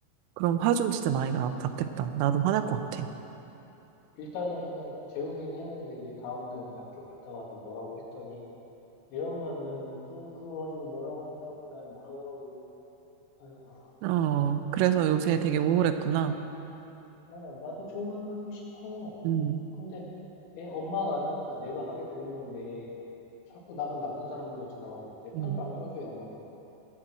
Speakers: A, on the right; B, on the left.
A: 그럼 화 좀 진짜 많이 나, 났겠다. 나도 화날 것
B: 어,
A: 같아.
B: 일단은 그냥 재우긴 했는데, 이제 다음날 이제 학교 갔다 와서 뭐라고 했더니, 얘 엄마는 또 그거 가지고 뭐라고 한다고, 날 뭐라고 하고, 아이고,
A: 어, 그래서 요새 되게 우울했구나.
B: 어, 나도 좋은 아빠이고 싶어.
A: 음,
B: 근데 애 엄마가 안 하니까 내가 하게 되는 건데 자꾸 나만 나쁜 사람인 것처럼 내 편을
A: 음.
B: 안 들어줘요, 엄마가.